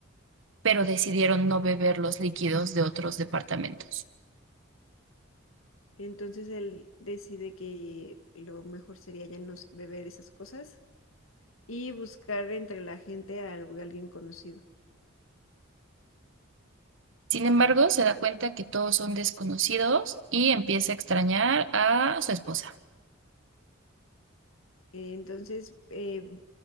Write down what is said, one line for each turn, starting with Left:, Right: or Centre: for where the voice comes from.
Right: pero decidieron no beber los líquidos de otros departamentos.
Left: Entonces él decide que lo mejor sería ya no s- beber esas cosas y buscar entre la gente a algu- alguien conocido.
Right: Sin embargo, se da cuenta que todos son desconocidos y empieza a extrañar a su esposa.
Left: Entonces eh,